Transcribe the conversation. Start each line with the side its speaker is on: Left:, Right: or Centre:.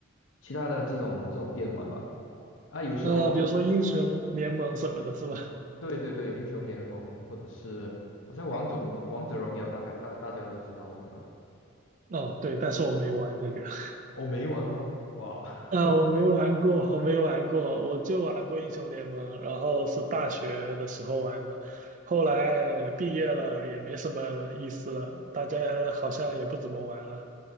Left: 其他的这种这种电玩吧。啊，有时候
Right: 那比如说英雄联盟什么的，是吧？
Left: 对对对，英雄联盟或者是好像王者王者荣耀，大概大大家都知道对吧？
Right: 哦，对，但是我没玩那个，<laughs>
Left: 哦，没玩吗？哇，
Right: 啊，
Left: <laughs>
Right: 我没玩过，我没玩过，我就玩过英雄联盟，然后是大学的时候玩的，后来毕业了也没什么意思了，大家好像也不怎么玩了，